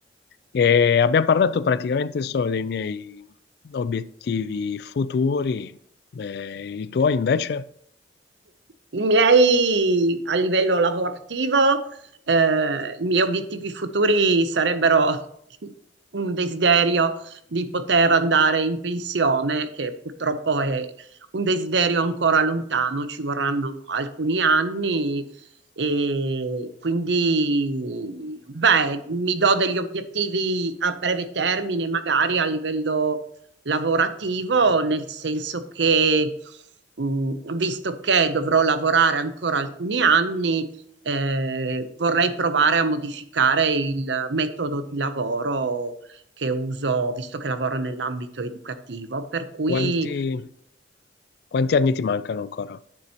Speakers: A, on the left; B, on the right.
A: E abbiamo parlato praticamente solo dei miei obiettivi futuri, eh, i tuoi invece,
B: I miei a livello lavorativo, eh, i miei obiettivi futuri sarebbero <laughs> un desiderio di poter andare in pensione, che purtroppo è un desiderio ancora lontano, ci vorranno alcuni anni e quindi, beh, mi do degli obiettivi a breve termine, magari a livello lavorativo, nel senso che mh, visto che dovrò lavorare ancora alcuni anni, eh, vorrei provare a modificare il metodo di lavoro che uso, visto che lavoro nell'ambito educativo, per cui
A: quanti, quanti anni ti mancano ancora?